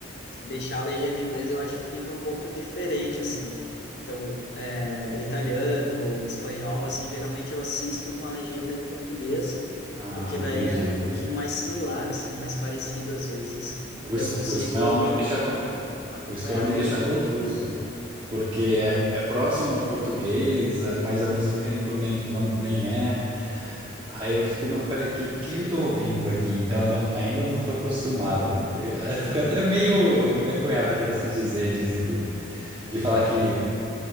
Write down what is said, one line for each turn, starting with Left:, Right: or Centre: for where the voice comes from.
Left: deixar a legenda em inglês eu acho que fica um pouco diferente, assim. Então, é, o italiano, o espanhol, assim, geralmente eu assisto com a legenda em português,
Right: Ah,
Left: porque daí
Right: entendi.
Left: é um pouquinho mais similar, assim, mais parecido às vezes.
Right: O,
Left: Daí
Right: es-
Left: eu consigo
Right: o espanhol me
Left: acom-
Right: deixa com...
Left: acompanhar
Right: o espanhol
Left: melhor.
Right: me deixa confuso, porque é, é próximo ao português, mas ao mesmo tempo nem, não, nem é. Aí eu fico, não, peraí, que, que eu tô ouvindo aqui? Então eu não- ainda não tô acostumado. Eu, eu
Left: Aham,
Right: fico até meio envergonhado, por assim dizer, de, de falar que